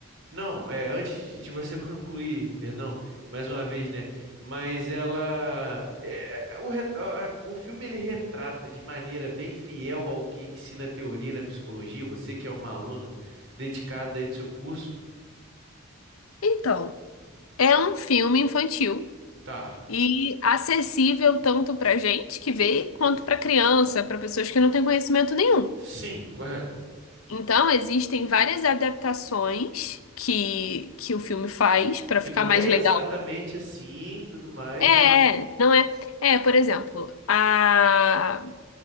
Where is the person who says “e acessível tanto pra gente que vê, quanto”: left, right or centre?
Left